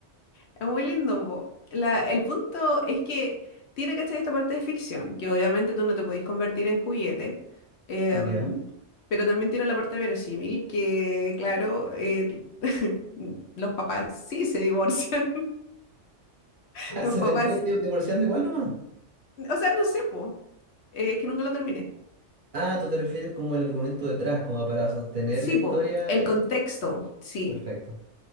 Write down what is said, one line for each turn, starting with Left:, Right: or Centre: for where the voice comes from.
Left: Es muy lindo, po. La- el punto es que tiene, ¿cachai? Esta parte de ficción, que obviamente tú no te podís convertir en juguete, em,
Right: Ya.
Left: pero también tiene la parte verosímil, que claro, el- <laughs> los papás sí se divorcian, <laughs>
Right: Ah,
Left: los
Right: se
Left: papás,
Right: termina di- divorciando igual nomás.
Left: o sea, no sé, po, eh, es que nunca lo terminé.
Right: Ah, tú te refieres como el argumento detrás, como para sostener
Left: Sí,
Right: la historia.
Left: po, el
Right: eh.
Left: contexto, sí.
Right: Perfecto.